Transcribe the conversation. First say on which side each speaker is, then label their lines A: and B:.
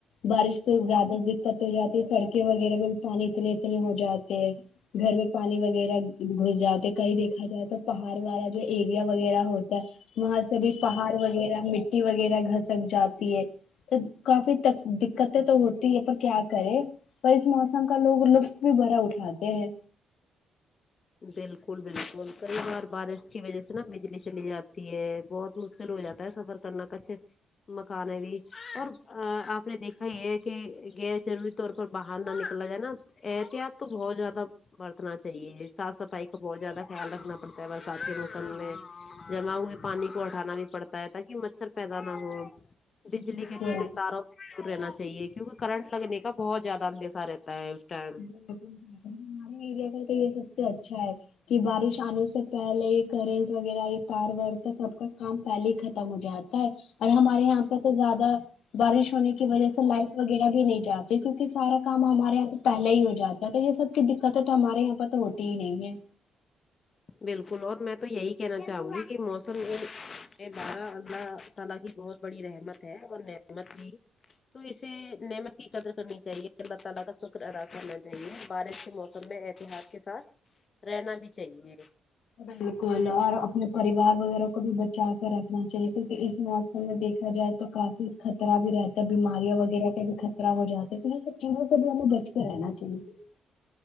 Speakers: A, on the left (about 75°); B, on the left (about 40°).
A: بارش تو زیادہ دقت ہو جاتی ہے سڑکیں وغیرہ میں بھی پانی اتنے اتنے ہو جاتے ہیں گھر میں پانی وغی رہ گھس جاتے کہیں دیکھا جائے تو پہاڑ والا جو ایریا وغیرہ ہوتا ہے وہاں سے بھی پہاڑ وغیرہ مٹی وغیرہ گھسک جاتی ہے کافی دقتیں تو ہوتی ہے پر کیا کرے پر اس موسم کا لوگ لطف بھی بھرا اٹھاتے ہیں
B: بالکل بالکل کئی بار بارش کی وجہ سے نا بجلی چلی جاتی ہے بہت مشکل ہو جاتا ہے سفر خترناک کچھ مکان ہے بھی اور ا آپ نے دیکھا ہی ہے کہ غیرضرور طور پر باہر نہ نکلا جائے نا احتیاط تو بہت زیادہ برتنا چاہیے صاف صفائی کا بہت زیادہ خیال رکھنا پڑتا ہے برسات کے موسم میں جمع ہوئے پانی کو اٹھانا بھی پڑتا ہے تاکہ مچھر پیدا نہ ہو بجلی
A: بالکل
B: کٹی تو تارو دور رہنا چاہیے کیونکہ کرنٹ لگنے کا بہت زیادہ اندیشہ رہتا ہے اس ٹائم
A: ہمارے ایریا کا تو یہ سب سے اچھا ہے کہ بارش آنے سے پہلے ہی کرنٹ وغیرہ یہ تار وار تک سب کا کام پہلے ہی ختم ہو جاتا ہے اور ہمارے یہاں پہ تو زیادہ بارش ہونے کی وجہ سے لائٹ وغیرہ بھی نہیں جاتی کیونکہ سارا کام ہمارے یہاں پہلے ہی ہو جاتا ہے تو یہ سب کی دقتیں تو ہمارے یہاں پر تو ہوتی ہی نہیں ہے
B: بالکل اور میں تو یہی کہنا چاہوں گی کہ موسم یہ ا بارہ <unintelligible> اللہ تعالی کی بہت بڑی رحمت ہے اور نعمت بھی تو اسے نعمت کی قدر کرنی چاہیے اللہ تعالی کا شکر ادا کرنا چاہیے بارش کے موسم میں ایسے دیہات کے ساتھ رہنا بھی چاہیے
A: بالکل اور اپنے پریوار وغیرہ کو بھی بچا کے رکھنا چاہیے کیونکہ اس موسم میں دیکھا جائے تو کافی خطرہ بھی رہتا ہے بیماریاں وغیرہ کا بھی خطرہ ہو جاتے ہیں تو سب چوروں سے بھی ہمیں بچ کے رہنا چاہیے